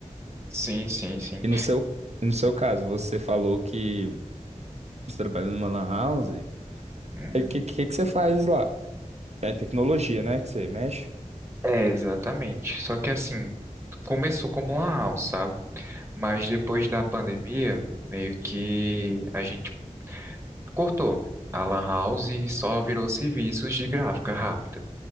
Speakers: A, on the right; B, on the right.
A: Sim, sim, sim.
B: E no seu, e no seu caso, você falou que você trabalha numa lan house.
A: Uhum.
B: Aí o que, que, que você faz lá? É tecnologia, né? Que você mexe?
A: É, exatamente. Só que assim, começou como uma house, sabe? Mas depois da pandemia, meio que a gente cortou a lan house e só virou serviços de gráfica rápida.